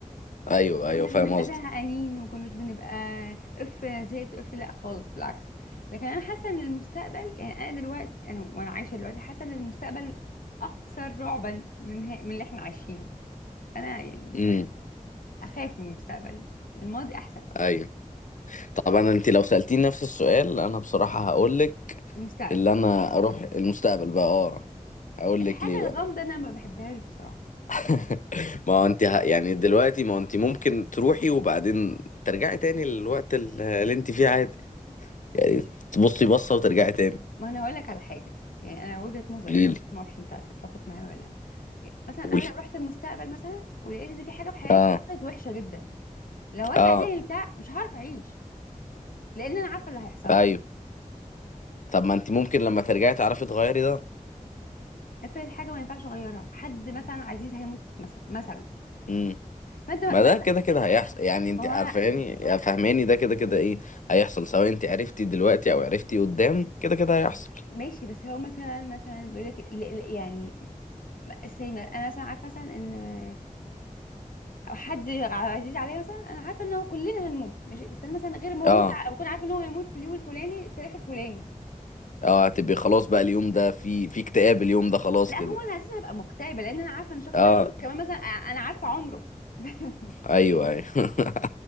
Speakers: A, on the left; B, on the left.
A: ايوه ايوه
B: كناش
A: فاهم
B: بنبقى
A: قصدي
B: زهقانين وكناش بنبقى اف أنا زهقت اف لا خالص بالعكس لكن انا حاسة ان المستقبل يعني انا دلوقتي انا وانا عايشة دلوقتي حاسة ان المستقبل اكثر رعبا من ها- من اللي احنا عايشينه انا يعني
A: امم
B: اخاف من المستقبل الماضي احسن
A: ايوه طب انا انت لو سألتيني نفس السؤال انا بصراحة هقول لك
B: المستقبل
A: اللي انا اروح المستقبل بقى اه هقول
B: الحاجه
A: لك ليه بقى
B: الغامضه انا ما بحبهاش بصراحه
A: <laughs> ما هو انت ه... يعني دلوقتي ما هو انت ممكن تروحي وبعدين ترجعي تاني للوقت ال- اللي انت فيه عادي يعني تبصي بصة وترجعي تاني
B: ما انا هقول لك على حاجه يعني انا وجهه نظري
A: قولي
B: بقول
A: لي
B: لك ما اعرفش انت هتتفق معايا ولا لا مثلا
A: قولي
B: انا لو رحت المستقبل مثلا ولقيت ان في حاجه في حياتي
A: اه
B: حصلت وحشه جدا لو ارجع
A: اه
B: تاني لبتاع مش هعرف اعيش لان انا عارفه اللي هيحصل
A: ايوه
B: لي
A: طب ما انت ممكن لما ترجعي تعرفي تغيري ده
B: افرض حاجه ما ينفعش اغيرها حد مثلا عزيز هيموت مثلا مثلا
A: امم.
B: فانت
A: ما
B: مثلا
A: ده كده كده هيحصل يعني انت
B: ما هو
A: عارفاني
B: أنا-
A: يعني فاهماني ده كده كده ايه هيحصل سواء انت عرفتي دلوقتي او عرفتي قدام كده كده هيحصل
B: ماشي بس هو مثلا مثلا بيقول لك ل- ل- يعني م- زي ما انا مثلا عارفه مثلا ان او حد عزيز عليا مثلا انا عارفه ان هو كلنا هنموت ماشي بس انا مثلا غير ما
A: اه
B: اموت ع- بكون عارفه ان هو هيموت في اليوم الفلاني التاريخ الفلاني
A: اه هتبقي خلاص بقى اليوم ده في في اكتئاب اليوم ده خلاص
B: لا
A: كده
B: هو انا اساسا هبقى مكتئبه لان انا عارفه ان الشخص
A: اه
B: ده هيموت كمان مثلا أ- انا عارفه عمره <laughs>
A: ايوه ايوه <laughs>